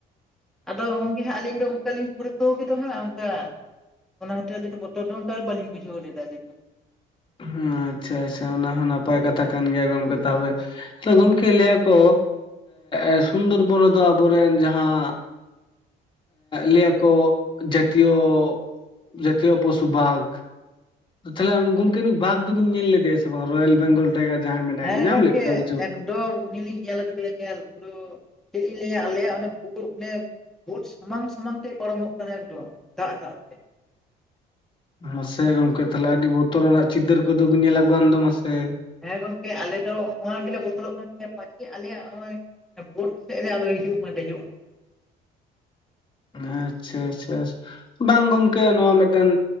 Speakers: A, in the centre; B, on the left (about 30°).
A: ᱟᱫᱚ ᱜᱚᱝᱠᱮ ᱦᱟᱸᱜ ᱟᱹᱞᱤᱧ ᱫᱚ ᱚᱱᱠᱟᱞᱤᱤᱧ ᱲᱠᱟᱹᱣ ᱜᱚ ᱦᱟᱸᱜ ᱚᱱᱠᱟ ᱚᱱᱟ ᱦᱟᱹᱛᱤᱨ ᱟᱹᱞᱤᱧ ᱫᱚ ᱵᱚᱛᱚᱨ ᱫᱚ ᱚᱱᱠᱟ ᱵᱟᱟᱹᱞᱤᱧ ᱵᱩᱡᱷᱟᱹᱣ ᱞᱮᱫᱟ ᱟᱹᱞᱤᱧ ᱫᱚ᱾
B: ᱦᱮᱸ ᱟᱪᱪᱷᱟ ᱟᱪᱪᱷᱟ ᱚᱱᱟ ᱦᱚᱸ ᱱᱟᱯᱟᱭ ᱠᱟᱛᱷᱟ ᱠᱟᱱ ᱜᱮᱭᱟ ᱜᱚᱝᱠᱮ ᱛᱟᱦᱚᱵᱮ᱾ ᱟ ᱜᱚᱢᱠᱮ ᱞᱟᱹᱭᱟᱠᱚ ᱮ ᱥᱩᱱᱫᱚᱨ ᱵᱚᱱ ᱫᱚ ᱟᱵᱚᱨᱮᱱ ᱡᱟᱦᱟ ᱞᱟᱹᱭᱟᱠᱚ ᱡᱟᱹᱛᱤᱭᱚ ᱡᱟᱛᱤᱭᱚ ᱯᱚᱥᱩ ᱵᱟᱜᱽ᱾ ᱛᱟᱦᱚᱞᱮ ᱩᱱᱤ ᱜᱚᱢᱠᱮ ᱩᱱᱤ ᱵᱟᱟᱜᱽ ᱫᱚᱵᱤᱱ ᱛᱟᱦᱚᱞᱮ ᱜᱚᱝᱠᱮ ᱱᱩᱭ ᱵᱷᱟᱜᱽ ᱫᱚ ᱵᱤᱱ ᱧᱮᱞ ᱞᱮᱫᱮᱭᱟ ᱥᱮ ᱵᱟᱝ ᱨᱚᱭᱮᱞ ᱵᱮᱝᱜᱚᱞ ᱴᱟᱭᱜᱟᱨ ᱡᱟᱦᱟᱸᱭ ᱢᱮᱱᱟᱭᱟ
A: ᱦᱮᱸ
B: ᱧᱟᱢ
A: ᱜᱚᱝᱠᱮ
B: ᱞᱮᱫᱮᱫ ᱠᱚᱣᱟ ᱵᱤᱱ ᱥᱮ?
A: ᱩᱱᱤ ᱞᱤᱧ ᱧᱮᱞ ᱟᱠᱟᱫᱮᱭᱟ ᱧᱮᱞ ᱯᱩᱨᱟᱹ ᱪᱮᱫ ᱞᱤᱧ ᱞᱟᱹᱭᱟ ᱟᱞᱮᱭᱟᱜ ᱚᱱᱮ ᱵᱷᱩᱞ ᱚᱱᱮ᱾ <inaudible> ᱵᱩᱴ ᱥᱟᱢᱟᱝ ᱥᱟᱚᱢᱟᱝ ᱛᱮᱭ ᱯᱟᱨᱚᱢᱚᱜ ᱠᱟᱱᱟ ᱮᱠᱫᱚᱢ ᱫᱟᱜ ᱫᱟᱜ ᱛᱮ᱾
B: ᱢᱟᱥᱮ ᱜᱚᱝᱠᱮ ᱛᱟᱦᱚᱞᱮ ᱟᱹᱰᱤ ᱵᱚᱛᱚᱨᱟᱱᱟᱜ ᱪᱤᱛᱟᱹᱨ ᱠᱚᱫᱚ ᱵᱤᱱ ᱧᱮᱞ ᱟᱜᱩᱣᱟᱱ ᱫᱚ ᱢᱟᱥᱮ᱾
A: ᱦᱮᱸ ᱜᱚᱝᱠᱮ ᱟᱞᱮ ᱫᱚ ᱱᱚᱣᱟ ᱜᱮᱞᱮ ᱵᱚᱫᱚᱞᱚᱜ ᱠᱟᱱ ᱛᱟᱦᱮᱸ ᱯᱟᱪᱮ ᱟᱞᱮᱭᱟᱜ ᱱᱚᱜ ᱚᱭ᱾ ᱵᱳᱴ ᱥᱮᱫ ᱨᱮ ᱟᱞᱚ ᱦᱤᱡᱩᱜ ᱢᱟ ᱫᱮᱡᱚᱜ ᱾
B: ᱟᱪᱪᱷᱟᱻ ᱟᱪᱪᱷᱟ ᱻᱟᱪᱪᱷᱟ᱾ ᱵᱟᱝ ᱜᱚᱢᱠᱮ ᱱᱚᱣᱟ ᱢᱤᱫᱴᱮᱱ